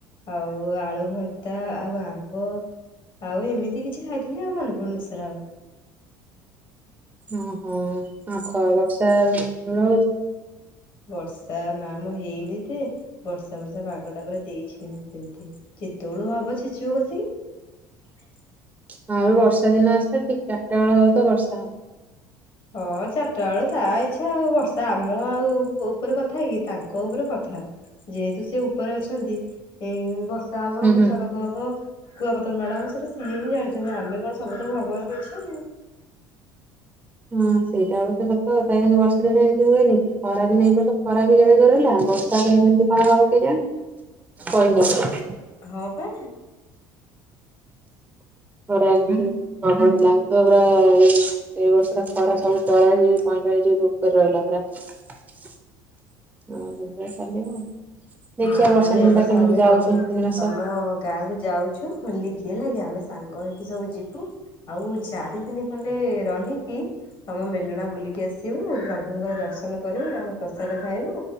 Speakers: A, on the left (about 50°); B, on the right (about 15°).
A: ଆଉ ଆଳୁ ଭର ତା ଆଉ ଆମ୍ବ ଆଉ ଏମିତି। ତିି କିଛି ଖାଇଥିଲେ ଆଉ ମନେ ପଡୁନି ସେରା ଆଉ।
B: ଓହୋ ଆଉ କଣ ବର୍ଷା ସାଡେ ହଉଛି।
A: ବର୍ଷା ନା ମ ହେଇନି ଯେ ବର୍ଷା ବର୍ଷା ପାଗଟା ପୁରା ଦେଇଛି କିନ୍ତୁ ଯେତେବେଳୁ ହବ ଛେଚିବ କସିକି।
B: ହଁ ଆଉ ବର୍ଷା ଦିନ ଆସିଲେ ଠିକ ଚାରିଟା ବେଳ ହବ ତ ବର୍ଷା।
A: ହଁ ଚାରିଟା ବେଳୁ ତା ଇଚ୍ଛା ଆଉ ବର୍ଷା ଆମ ଆଉ। ମୋ ଉପରେ କଥା କି। ତାଙ୍କ ଉପରେ କଥା। ଯେହେତୁ ସେ ଉପରେ ଅଛନ୍ତି, ଏ ବ ବର୍ଷା ହବ
B: ହୁଁ ହୁଁ।
A: କି ଚଡ଼କ ହବ। କୁଆ ପ ଥର ମାଡ ହବ ସେଟା ସିଏ ହିଁ ଜାଣିଛନ୍ତି ଅମେ କଣ। ସବୁ ତ ଭଗବାନ ଇଚ୍ଛା ଆଉ।
B: ହଁ ସେଇଟା ଅବଶ୍ୟ ସତକଥା। କିନ୍ତୁ ବର୍ଷା ଦିନେ ଏମିତି ହୁଏନି କି ଖରା ଦିନ ଏଇବର୍ଷ ଖରା ବି ଯେଡ଼େ ଜୋର୍ ହେଲା। ବର୍ଷା କେମିତି କଣ ହେବ କେଜାଣି କହି ହବନି।
A: ହଁ ପା
B: ଖରାଯୋଉ ଲାଗୁଥିଲା ପୁରା ଏଇ ବର୍ଷ। ପୁରା ଖରା ସବୁ ଚରାଳିସ ଡିଗ୍ରୀ ପଇଁଚାଳିଶ ଡିଗ୍ରୀ ଉପରେ ରହିଲା ପୁରା ଅ ଏଇଭଳିଆ ଚାଲିବ ଆଉ। ଦେଖିବା
A: ହଁ
B: ବର୍ଷା
A: ତାହେଲେ
B: ଦିନଟା
A: ଏ ବର୍ଷ
B: କେମିତି
A: ଆମେ
B: ଯାଉଛି
A: ତମ
B: ତିନି ତିନି ମାସ।
A: ତମ ଗାଁ କୁ ଯାଉଛୁ। ହୋଲି କି ଆମେ ସାଙ୍ଗ ହେଇ। ସବୁ ଯିବୁ ଆଉ ଚାରିଦିନି। ଖଣ୍ଡେ ରହିକି ତମ ମେଲ ମେଲଣ ବୁଲିକି ଆସିବୁ। ପ୍ରଭୁଙ୍କର ଦର୍ଶନ କରିବୁ ତାଙ୍କ ପ୍ରସାଦ ଖାଇବୁ।